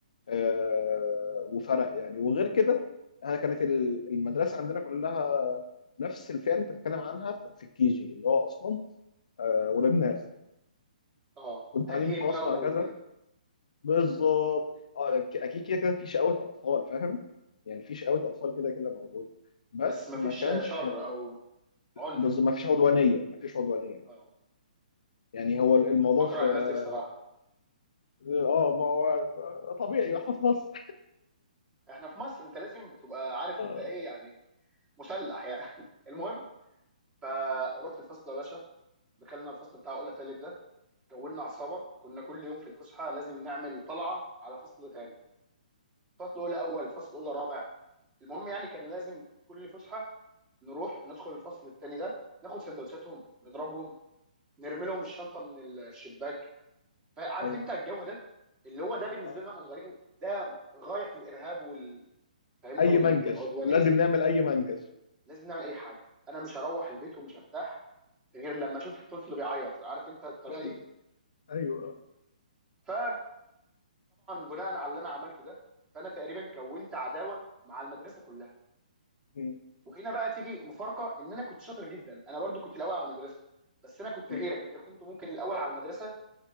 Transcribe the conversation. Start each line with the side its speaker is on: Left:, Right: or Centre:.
Left: آه وفرق يعني وغير كده انا كانت ال- المدرسه عندنا كلها نفس الفئه اللي انت بتتكلم عنها في الكيجي اللي هو اصلا آه، ولاد ناس
Right: اه
Left: كنت
Right: هاديين
Left: تعليم خاص
Right: بقى
Left: وهكذا
Right: وكده
Left: بالظبط اه ك- اكيد كده كده في شقاوة اطفال فاهم يعني في شقاوة اطفال كده كده موجوده بس
Right: بس مفيش
Left: ما كانش
Right: شر او عنف
Left: بز... ما فيش عدوانيه ما فيش عدوانيه
Right: اه
Left: يعني هو الموضوع
Right: كنت بكره
Left: في اه
Right: الناس دي بصراحه
Left: آه، ما هو طبيعي واحنا في مصر
Right: احنا في مصر انت لازم تبقى عارف
Left: <laughs>
Right: انت
Left: آه،
Right: ايه يعني مسلح يعني <laughs> المهم فروحت الفصل يا باشا دخلنا الفصل بتاع اولى تالت ده كونا عصابه كنا كل يوم في الفسحه لازم نعمل طلعه على فصل تاني فصل اولى اول فصل اولى رابع المهم يعني كان لازم كل فسحه نروح ندخل الفصل التاني ده ناخد سندوتشاتهم نضربهم نرمي لهم الشنطه من الشباك فعارف
Left: ايوه
Right: انت الجو ده اللي هو ده بالنسبه
Left: آه.
Right: لنا احنا صغيرين ده غايه في الارهاب وال فاهمني
Left: اي
Right: وال-
Left: منكش
Right: والعدوانيه
Left: لازم نعمل اي منكش
Right: لازم نعمل اي حاجه انا مش هروح البيت ومش هرتاح غير لما اشوف طفل بيعيط عارف انت الطريقه
Left: ايوه
Right: دي
Left: ايوه آه.
Right: فطبعا بناء على اللي انا عملته ده فانا تقريبا كونت عداوه مع المدرسه كلها
Left: م-
Right: وهنا بقى تيجي مفارقه ان انا كنت شاطر جدا انا برضو كنت الاول على المدرسه بس انا كنت
Left: م.
Right: غيرك انت كنت ممكن الاول على المدرسه